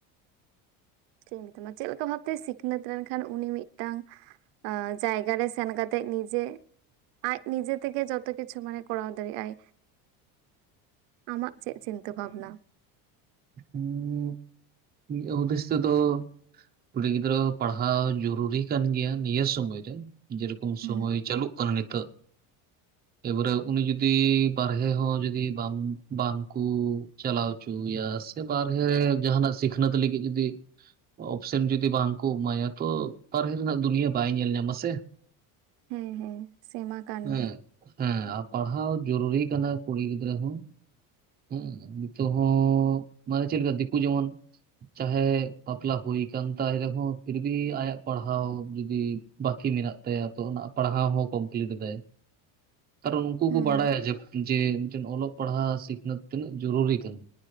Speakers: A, on the right (about 65°); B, on the right (about 20°).
A: ᱪᱮᱫ ᱤᱧ ᱢᱮᱛᱟᱢᱟ ᱪᱮᱫ ᱞᱮᱠᱟ ᱵᱷᱟᱵᱛᱮ ᱥᱤᱠᱷᱱᱟᱹᱛ ᱞᱮᱱᱠᱷᱟᱱ ᱩᱱᱤ ᱢᱤᱫᱴᱟᱝ ᱡᱟᱭᱜᱟ ᱨᱮ ᱥᱮᱱ ᱠᱟᱛᱮᱜ ᱱᱤᱡᱮ ᱟᱡ ᱱᱤᱡᱮ ᱛᱮᱜᱮ ᱡᱚᱛᱚ ᱠᱤᱪᱷᱩ ᱢᱟᱱᱮ ᱠᱚᱨᱟᱣ ᱫᱟᱲᱮᱭᱟᱜ ᱟᱭ ᱟᱢᱟᱜ ᱪᱮᱫ ᱪᱤᱱᱛᱟᱹ ᱵᱷᱟᱵᱽᱱᱟ
B: ᱦᱩᱸ ᱩᱫᱤᱥ ᱛᱮ ᱛᱚ ᱠᱩᱲᱤ ᱜᱤᱫᱽᱨᱟᱹ ᱯᱟᱲᱦᱟᱣ ᱡᱚᱨᱩᱨᱤ ᱠᱟᱱ ᱜᱮᱭᱟ ᱱᱤᱭᱟᱹ ᱥᱚᱢᱚᱭᱨᱮ ᱡᱮᱨᱚᱠᱚᱢ
A: ᱦᱩᱸ
B: ᱥᱚᱢᱚᱭ ᱪᱟᱹᱞᱩᱜ ᱠᱟᱱᱟ ᱟ ᱱᱤᱛᱚᱜ ᱮᱵᱟᱨᱮ ᱩᱱᱤ ᱡᱩᱫᱤ ᱵᱟᱨᱦᱮ ᱦᱚᱸ ᱡᱩᱫᱤ ᱵᱟᱝ ᱵᱟᱝᱠᱩ ᱪᱟᱞᱟᱣ ᱦᱚᱪᱚᱭᱟ ᱥᱮ ᱵᱟᱦᱨᱮ ᱡᱟᱦᱟᱱᱟᱜ ᱥᱤᱠᱷᱱᱟᱹᱛ ᱞᱟᱹᱜᱤᱫ ᱡᱩᱫᱤ ᱚᱯᱷᱥᱮᱱ ᱡᱩᱫᱤ ᱵᱟᱝᱠᱚ ᱮᱢᱟᱭᱟ ᱛᱚ ᱵᱟᱦᱞᱮ ᱨᱮᱱᱟᱜ ᱫᱩᱱᱤᱭᱟᱹ ᱵᱟᱭ ᱧᱮᱞ ᱧᱟᱢᱟ ᱥᱮ
A: ᱦᱮᱸ ᱦᱮᱸ ᱥᱮᱢᱟ ᱠᱟᱱ
B: ᱦᱮᱸ
A: ᱜᱮ
B: ᱦᱮᱸ ᱟᱨ ᱯᱟᱲᱦᱟᱣ ᱡᱩᱨᱩᱨᱤ ᱠᱟᱱᱟ ᱠᱩᱲᱤ ᱜᱤᱫᱽᱨᱟᱹ ᱦᱚᱸ ᱦᱮᱸ ᱱᱤᱛᱚᱜ ᱦᱚᱸ ᱢᱟᱱᱮ ᱪᱮᱫ ᱞᱮᱠᱟ ᱫᱤᱠᱩ ᱡᱮᱢᱚᱱ ᱪᱟᱦᱮ ᱵᱟᱯᱞᱟ ᱦᱩᱭ ᱟᱠ ᱛᱟᱭ ᱨᱮᱦᱚᱸ ᱯᱷᱤᱨᱵᱤ ᱟᱭᱟᱜ ᱯᱟᱲᱦᱟᱣ ᱡᱩᱚᱫᱤ ᱵᱟᱠᱤ ᱵᱟᱠᱤ ᱢᱮᱱᱟᱜ ᱛᱟᱭᱟ ᱛᱚ ᱚᱱᱟ ᱯᱟᱲᱦᱟᱣ ᱦᱚᱸ ᱠᱚᱢᱯᱞᱤᱴ ᱮᱟᱭ
A: <inaudible>
B: ᱠᱟᱨᱚᱱ ᱩᱱᱠᱩ
A: ᱦᱩᱸ
B: ᱠᱚ ᱵᱟᱲᱟᱭᱟ ᱡᱮᱛ ᱡᱮᱱᱛᱮᱱ ᱚᱞᱚᱜ ᱯᱟᱲᱦᱟᱜ ᱥᱤᱠᱷᱱᱟᱹᱛ ᱛᱤᱱᱟᱹᱜ ᱡᱚᱨᱩᱨᱤ ᱠᱟᱱᱟ